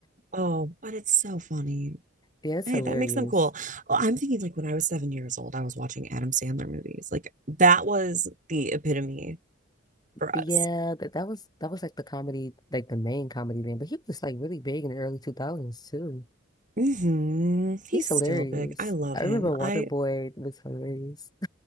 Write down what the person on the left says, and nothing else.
Yeah, it's
hilarious.
But
yeah, that, that was that was like the comedy, like the main comedy then. But he was like really big in the early 2000s too.
He's
hilarious.
I
remember Waterboy
was hilarious. <laughs>